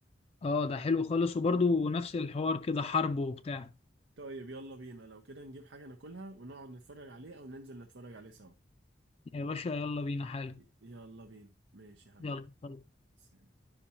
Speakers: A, on the left (about 35°); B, on the right (about 80°).
A: اه ده حلو خالص وبرضه نفس الحوار كده حرب وبتاع
B: طيب يلا بينا لو كده نجيب حاجة ناكلها ونقعد نتفرج عليه او ننزل نتفرج عليه سوا
A: يا باشا يلا بينا حالا
B: ي- يلا بينا ماشي يا حبيبي
A: يلا
B: سلام